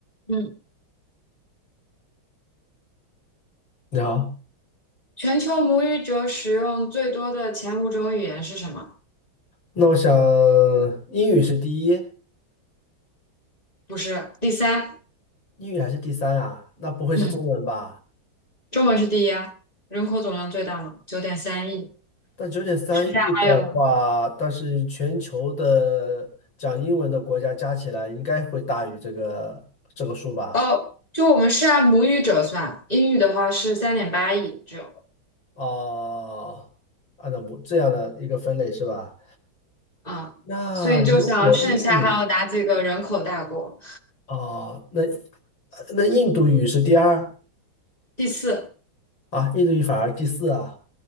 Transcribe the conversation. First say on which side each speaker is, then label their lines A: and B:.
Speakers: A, on the left; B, on the left.
A: 嗯，
B: 你好，
A: 全球母语者使用最多的前五种语言是什么？
B: 那我想英语是第一，
A: 不是，第三，
B: 英语还是第三啊？那不会是中文吧？
A: 嗯，中文是第一啊，人口总量最大嘛，九点三亿，
B: 但九点三亿的话，
A: 剩下还有吗，
B: 但是全球的讲英文的国家加起来应该会大于这个这个数吧？
A: 哦，就我们是按母语者算，英语的话是三点八亿，只有，
B: 哦，按照我这样的一个分类是吧？
A: 啊，
B: 那如果英语
A: 所以你就想剩下还有哪几个人口大国？
B: 啊，那呃那印度语是第二
A: 第四，
B: 啊，印度语反而第四啊。